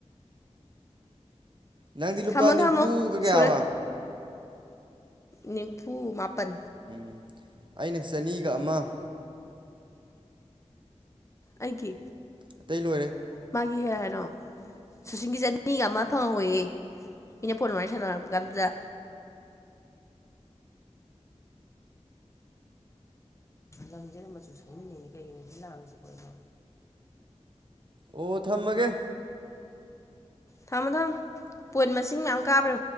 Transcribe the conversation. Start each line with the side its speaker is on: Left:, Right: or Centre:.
Right: ꯅꯪꯗꯤ ꯂꯨꯄꯥ
Left: ꯊꯝꯃꯣ
Right: ꯅꯤꯝꯐꯨꯒ
Left: ꯊꯝꯃꯣ
Right: ꯀꯌꯥꯕ
Left: ꯁꯨꯔꯦ ꯅꯤꯝꯐꯨ ꯃꯥꯄꯟ
Right: ꯎꯝ ꯑꯩꯅ ꯆꯅꯤꯒ ꯑꯃ
Left: ꯑꯩꯒꯤ
Right: ꯑꯇꯩ ꯂꯣꯏꯔꯦ
Left: ꯀ ꯍꯥꯏꯔꯣ ꯁꯨꯁꯤꯡꯒꯤꯟ ꯆꯅꯤꯒ ꯑꯃ ꯐꯪ ꯑꯣꯏꯌꯦ ꯏꯅꯦ ꯐꯣꯟ ꯃ ꯁꯥꯟꯅ ꯀꯥꯟꯗꯗ ꯂꯪꯁꯦꯔ ꯃꯆꯨ ꯁꯪꯃꯤꯟꯅꯩꯅꯦ ꯀꯩꯒꯤꯅꯣ ꯁꯤ ꯂꯥꯡꯉꯁꯤꯕꯣ ꯑꯩꯅ
Right: ꯑꯣ ꯊꯝꯃꯒꯦ
Left: ꯊꯝꯃꯣ ꯊꯝꯃ ꯄꯣꯏꯠ ꯃꯁꯤꯡ ꯌꯥꯝꯌꯥꯝ ꯀꯥꯕ꯭ꯔꯥ